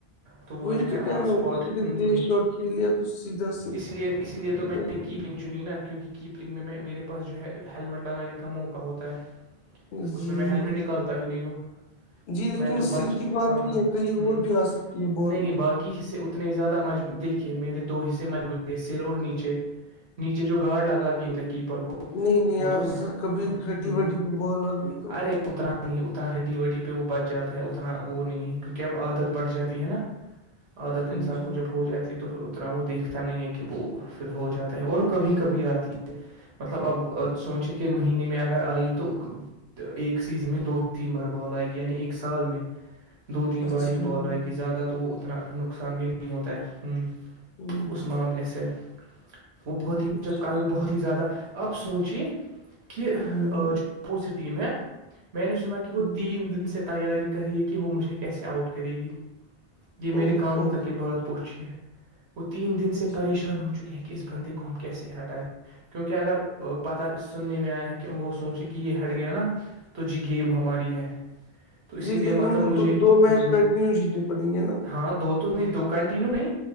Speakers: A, on the right; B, on the left.
A: تو وہ
B: وہی
A: جو ہے
B: کہہ
A: آن اسپاٹ
B: رہا ہوں کسی نے
A: ہ
B: تیز
A: ہ
B: شاٹ کھیل لیا تو سیدھا سر
A: اس لیے اس لیے
B: سیدھا
A: تو میں
B: سر
A: کیپنگ چو نا کیونکہ کیپرنگ میں میرے پاس جو ہے ہیللمٹ لگانے کا موقع ہوتا ہے
B: جی
A: اس میں میں ہیللمٹ نکالتا ہی نہیں ہوں
B: جی لیکن
A: میں تو
B: سر
A: بچ
B: کی بات
A: ہاں
B: نہیں
A: ہاں
B: ہے کہیں
A: ہوں
B: اور بھی آ سکتی ہے بال
A: نہیں نہیں باقی ح اتنے زیادہ مج دیکھیے میرے دو حصے مجبو سر اور نیچے نیچے جو گارڑ لگا گے ہوتا ہے کیپر کو
B: نہیں نہیں
A: وہ
B: یار
A: تو
B: سر کبھی ہڈی
A: ہوں
B: وڈی پہ بال آگئی تو
A: ارے اتنا نہیں اتنا ہڈ وڈی پہ وہ بچ جاتا ہے اتنا وہ نہیں ہے کیونکہ اب عادت پڑ جاتی ہے نا عادت
B: ہاں
A: انسان
B: جی
A: کو جب ہو جاتی ہے تو پھر اتنا وہ دیکھتا نہیں ہے کہ وہ پھر ہو جاتا ہے اور کبھی کبھی آتی ہے مطلب اب سوچیے کہ مہینے میں اگر آئی تو ایک سیزن میں دو تین بار بال آئے یعنی ایک سال میں دو تین
B: اچھا
A: بار ہی بول
B: جی
A: ایگی زیادہ تو وہ اتنا نقصان بھی نہیں ہوتا ہے
B: ہوں
A: اس معاملے سے وہ بہت ہی
B: اچھا
A: جب کل
B: جی
A: بہت ہی زیادہ آپ سوچے کہ
B: ہوں
A: جو اپوزٹ ٹیم ہے میں نے سنا کہ وہ
B: ہوں
A: تین دن سے تیاری کریے کہ وہ مجھے کیسے آؤٹ کرے گی یہ میرے
B: اوہ
A: کانوں
B: اوہ
A: تک یہ بات پہنچی ہے وہ تین دن سے
B: جی
A: پریشان ہو چکے ہے کہ اس بندے کو ہم کیسے ہٹائائے کیونکہ اگر پتاہ سننے میں آئے کہ ب سونچ کہ یہ ہیٹ گیا نا تو جی گیم ہماری ہے تو اسی
B: جی
A: لیے
B: لیکن
A: مطلب
B: ان کو
A: مجھے
B: دو دو میچ
A: ہ
B: کنٹینیو
A: ہ
B: جیتنے پڑیں گے نا
A: ہاں دو تو نہیں دو کنٹیینیو نہیں